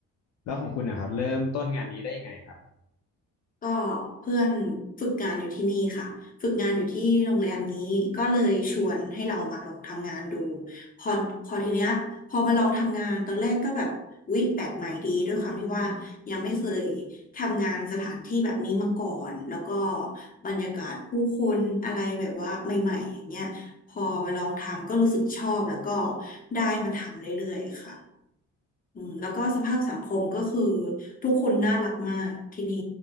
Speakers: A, on the left; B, on the left.
A: แล้วของคุณนะครับเริ่มต้นงานนี้ได้ยังไงครับ
B: ก็เพื่อนฝึกงานอยู่ที่นี่ค่ะฝึกงานอยู่ที่โรงแรมนี้ก็เลยชวนให้เรามาลองทำงานดูพอพอทีเนี้ยพอมาลองทำงานตอนแรกก็แบบวิแปลกใหม่ดีด้วยความที่ว่ายังไม่เคยทำงานสถานที่แบบนี้มาก่อนแล้วก็บรรยากาศผู้คนอะไรแบบว่าใหม่ๆอย่างเงี้ยพอมาลองทำก็รู้สึกชอบแล้วก็ได้มาทำเรื่อยๆค่ะ อืมแล้วก็สภาพสังคมก็คือทุกคนน่ารักมากที่นี่